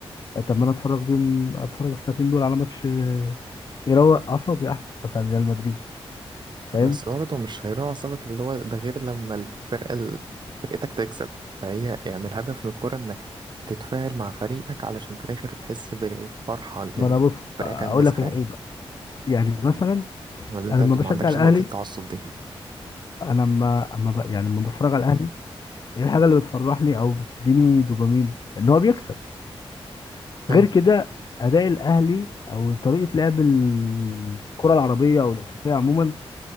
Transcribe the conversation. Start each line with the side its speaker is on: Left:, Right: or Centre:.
Left: طب ما انا اتفرج بيهم اتفرج الساعتين دول على ماتش آه، يروق اعصابي احسن مثلا ريال مدريد فاهم
Right: بس برضه مش هيروح أعصابك اللي هو ده غير لما الفرقة ال- فرقتك تكسب فهي يعني الهدف من الكورة إنك تتفاعل مع فريقك علشان في الآخر تحس بالفرحة اللي
Left: ما انا بص
Right: فريقك
Left: اقول
Right: أنجز
Left: لك
Right: حاجة
Left: الحقيقه بقى يعني مثلا
Right: ولا أنت
Left: انا لما بشجع
Right: ما عندكش
Left: الاهلي
Right: نقطة التعصب دي
Left: انا لما اما ب- يعني لما بتفرج على الاهلي ايه الحاجه اللي بتفرحني او بتديني دوبامين ان هو بيكسب
Right: أيوه
Left: غير كده اداء الاهلي او طريقه لعب الكره العربيه او الافريقيه عموما